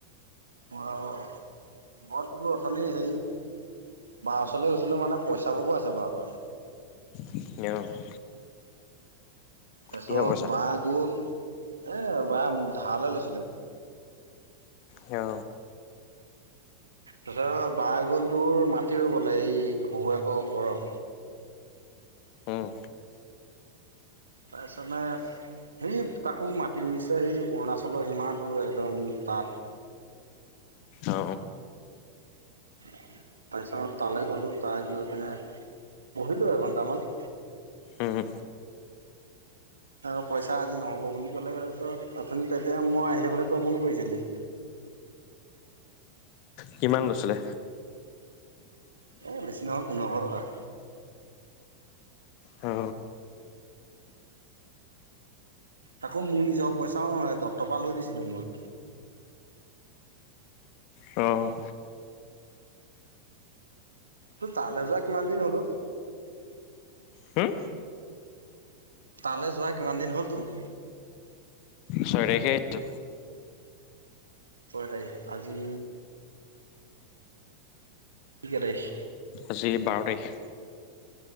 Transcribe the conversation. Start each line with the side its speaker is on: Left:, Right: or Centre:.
Right: অঁ ঘৰত বোলো অথোনি হেৰি বা ওচৰলে গৈছিলো মানে পইচা পাবও আছে বাৰ পৰা।
Left: <unintelligible>
Right: তাৰপিছত
Left: কিহৰ পইচা
Right: বা গ'ল এই বাই মোক ধাৰলে লৈছিলে।
Left: অ।
Right: তাৰপিছত বাই গল তোৰ মাটি ৰোবলে এই সহুৱেকৰ ঘৰৰ।
Left: উম
Right: তাৰপিছতে সেই তাকো মাটি ৰুইছে সেই অৰুণাচলৰ সীমাটো একদম তাত।
Left: অ
Right: তাৰপিছত তালে গ'লো তাৰ গৈ পেলাই বহিলো এঘন্টামান।
Left: উম
Right: আৰু পইচা আজি নহ'ব বুলি ক'লে তাৰপিছত অথুনি তই তেতিয়া মই আহি থাকোতে তই ফোন কৰিছিলি।
Left: কিমান লৈছিলে?
Right: এ বেছি নহয় পোন্ধৰশ টকা।
Left: অ।
Right: তাকো মোৰ নিজৰ পইচাও নহয়, দত্ত পৰা লৈ দিছিলো মই।
Left: অঁ।
Right: তোৰ তালে যোৱা কিমান দিন হ'ল ঔ?
Left: হুম
Right: তালে যোৱা কিমান দিন হ'ল তোৰ?
Left: ছয় তাৰিখে আহিছোঁ।
Right: ছয় তাৰিখে আজি কে তাৰিখ?
Left: আজি বাৰ তাৰিখ।